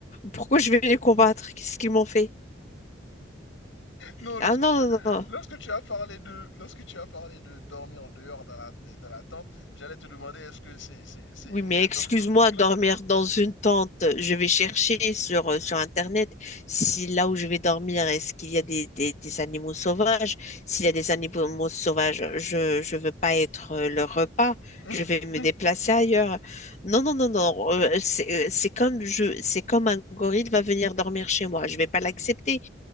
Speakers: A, on the left; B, on the left.
A: pourquoi je vais les combattre? Qu'est-ce qu'ils m'ont fait?
B: non,
A: Ah
B: lorsque
A: non,
B: tu, as,
A: non, non, non.
B: lorsque tu as parlé de, lorsque tu as parlé de dormir dehors dans la, dans la tente, j'allais te demander est-ce que c'est, c'est, c'est
A: Oui, mais
B: euh,
A: excuse-moi,
B: dans cette optique là?
A: dormir dans une tente, je vais chercher sur, euh, sur Internet si là où je vais dormir, est-ce qu'il y a des, des, des animaux sauvages? S'il y a des animaux sauvages, je je veux pas être euh, leur repas,
B: <laughs>
A: je vais me déplacer ailleurs. Non, non, non, non, euh, c'est euh, c'est comme je, c'est comme un gorille va venir dormir chez moi, je vais pas l'accepter.